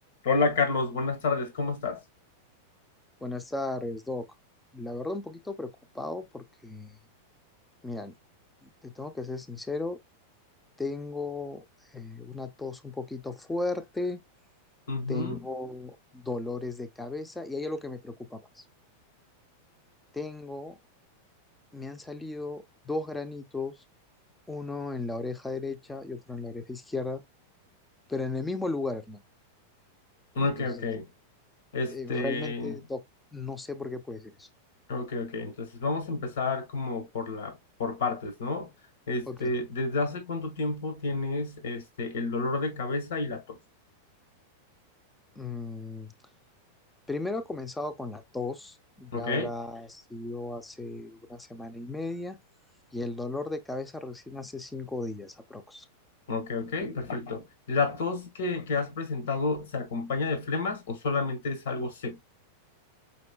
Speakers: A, on the left; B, in the centre.
A: Hola Carlos, buenas tardes, ¿cómo estás?
B: Buenas tardes, Doc. La verdad, un poquito preocupado porque, mira, te tengo que ser sincero, tengo eh, una tos un poquito fuerte,
A: Ujú,
B: tengo dolores de cabeza y hay algo que me preocupa más. Tengo, me han salido dos granitos, uno en la oreja derecha y otro en la oreja izquierda, pero en el mismo lugar, hermano.
A: Ok,
B: Entonces,
A: ok. Este,
B: eh, realmente, Doc, no sé por qué puede ser eso.
A: ok, ok. Entonces vamos a empezar como por la, por partes, ¿no? Este,
B: Ok.
A: ¿desde hace cuánto tiempo tienes este el dolor de cabeza y la tos?
B: Mm, Primero ha comenzado con la tos, ya
A: Ok,
B: habrá sido hace una semana y media, y el dolor de cabeza recién hace cinco días aprox.
A: ok, ok, perfecto. ¿La tos que, que has presentado se acompaña de flemas o solamente es algo seco?